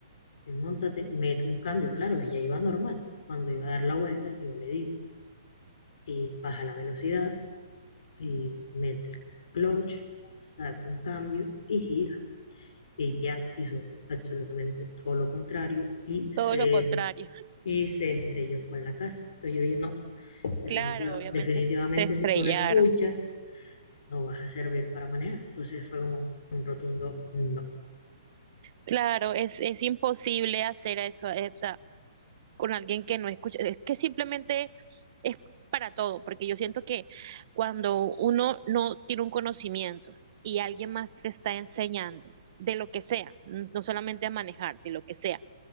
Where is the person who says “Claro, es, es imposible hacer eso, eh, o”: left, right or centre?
Right